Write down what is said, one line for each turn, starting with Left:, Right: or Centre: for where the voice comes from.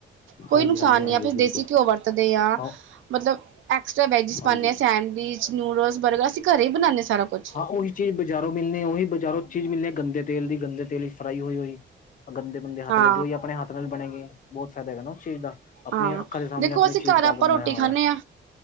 Right: ਕੋਈ
Left: ਹਾਂਜੀ
Right: ਨੁਕਸਾਨ
Left: ਹਾਂਜੀ
Right: ਨੀ
Left: ਹਾਂਜੀ
Right: ਆ ਆਪਾ
Left: ਬਿਲਕੁਲ
Right: ਦੇਸੀ ਘਿਓ ਵਰਤਦੇ ਆਂ,
Left: ਹਾਂ
Right: ਮਤਲਬ ਐਕਸਟਰਾ ਵੈਜਿਸ ਪਾਨੇ
Left: ਹਾਂਜੀ
Right: ਆ ਸੈਂਡਵਿਚ ਨਊਡਲਸ, ਬਰਗਰ ਅਸੀਂ ਘਰੇ ਈ ਬਣਾਨੇ ਆ ਸਾਰਾ ਕੁਛ।
Left: ਹਾਂ ਓਹੀ ਚੀਜ਼ ਬਜ਼ਾਰੋਂ ਮਿਲਣੀ ਏ ਓਹੀ ਬਜ਼ਾਰੋਂ ਚੀਜ਼ ਮਿਲਣੀ ਏ ਗੰਦੇ ਤੇਲ ਦੀ ਗੰਦੇ ਤੇਲ ਵਿਚ ਫਰਾਈ ਹੋਈ-ਹੋਈ, ਗੰਦੇ ਗੰਦੇ ਹੱਥ
Right: ਹਾਂ
Left: ਲੱਗੇ ਓਈ ਆਪਣੇ ਹੱਥ ਨਾਲ ਬਣੇ ਗੀ, ਬੋਹਤ ਫੈਦਾ ਹੈਗਾ ਨਾ ਓਸ ਚੀਜ਼ ਦਾ। ਆਪਣੀਆਂ
Right: ਹਾਂ,
Left: ਅੱਖਾਂ ਦੇ ਸਾਹਮਣੇ
Right: ਦੇਖੋ
Left: ਆਪਣੀ
Right: ਅਸੀਂ
Left: ਚੀਜ਼
Right: ਘਰ
Left: ਪਾ
Right: ਆਪਾਂ
Left: ਕੇ ਬਣਾਇਆ
Right: ਰੋਟੀ
Left: ਹੋਇਆ
Right: ਖਾਨੇ ਆਂ,